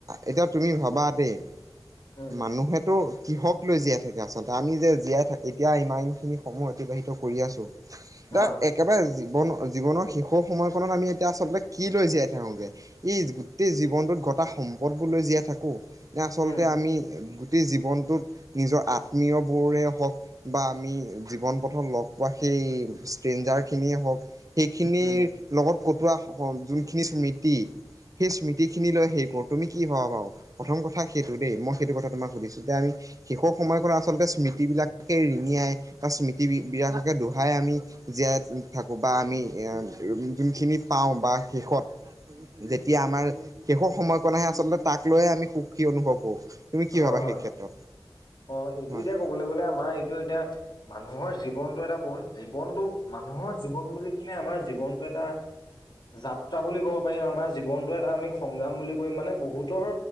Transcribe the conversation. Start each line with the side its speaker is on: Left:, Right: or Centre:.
Right: এতিয়া তুমি ভাবা দেই
Left: উম
Right: মানুহে টো কিহক লৈ জীয়াই থাকে আচলতে। আমি যে জীয়াই থাকো এতিয়া ইমান খিনি সমূহ অতিবাহিত কৰি আছো।
Left: হয়
Right: বা একেবাৰে জীৱন জীৱনৰ শেষৰ সময়কনত আমি এতিয়া আচলতে কি লৈ জীয়াই থাকোঁগে। এই গোটেই জীৱনটোত গটা - সম্পদবোৰলৈ জীয়াই থাকো। ন আচলতে
Left: উম
Right: আমি জীৱনটোত নিজৰ আত্মীয় বোৰে হওক বা আমি জীৱন পথত লগ পোৱা সে- স্তেঞ্জেৰ খিনিয়ে হওক সেইখিনিৰ
Left: উম
Right: লগত কটোৱা স যোনখিনি স্মৃতি সেই স্মৃতি খিনি লৈ সেই কৰো তুমি কি ভবা বাৰ প্ৰথম কথা সেইটো দেই মই সেইটো কথা তোমাক সুধিছো যে আমি শেষৰ সময়খন আচলতে স্মৃতি বিলাকে ৰিঙিয়াই ত স্মৃতি বিলাককে দোহাই আমি জীয়াই থাকো বা আমি যোনখিনি পাওঁ বা শেষত যেতিয়া আমাৰ শেষৰ সময়কণ আহে আচলতে তাক লৈয়ে আমি সুখী অনুভৱ কৰোঁ। তুমি কি
Left: হয়
Right: ভাবা
Left: হয়
Right: সেই ক্ষেত্ৰত
Left: অ এইটো
Right: হয়,
Left: এতিয়া কবলৈ গ'লে আমাৰ এইটো এতিয়া মান- মানুহৰ জীৱনটো এটা বহুত জীৱনটো মানুহৰ জীৱন বুলি কলে আমাৰ জীৱনটো এটা যাত্ৰা বুলি ক'ব পাৰিম আমাৰ জীৱনটো এটা আমি সংগ্ৰাম বুলি কৰিম মানে বহুতৰ